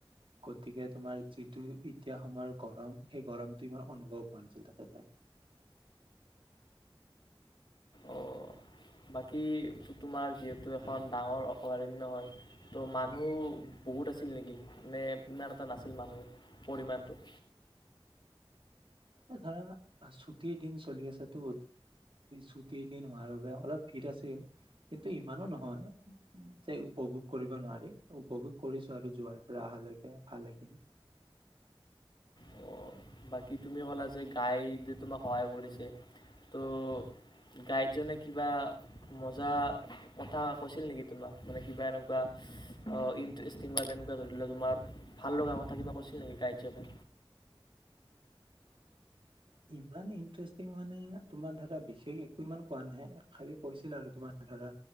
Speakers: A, on the right; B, on the left.
A: গতিকে তোমাৰ যিটো এতিয়া সময় গৰম সেই গৰমটো ইমান অনুভৱ হোৱা নাছিল তাতে যাই।
B: অঁ বাকী তোমাৰ যিহেতু এখন ডাঙৰ অভয়াৰণ্য হয় ত' মানুহ বহুত আছিল নেকি মানে ইমান এটা নাছিল মানুহ পৰিমাণটো?
A: এ ধৰা ছুটিৰ দিন চলি আছে টু ছুটিৰ দিন হোৱাৰ বাবে অলপ ভিৰ আছিল কিন্তু ইমানো নহয় যে উপভোগ কৰিব নোৱাৰি উপভোগ কৰিছো আৰু যোৱাৰ পৰা অহালৈকে ভালেখিনি।
B: অ' বাকী তুমি ক'লা যে গাইডে তোমাক সহায় কৰিছে ত' গাইডজনে কিবা মজা কথা কৈছিল নেকি তোমাক মানে কিবা এনেকুৱা ইণ্টাৰেষ্টিং বা তেনেকুৱা ধৰি লওক তোমাৰ ভাল লগা কথা কিবা কৈছিল নেকি গাইডজনে?
A: ইমান ইন্টাৰেষ্টিং মানে তোমাৰ ধৰা বিশেষ একো ইমান কোৱা নাই খালি কৈছিল আৰু তোমাৰ ধৰা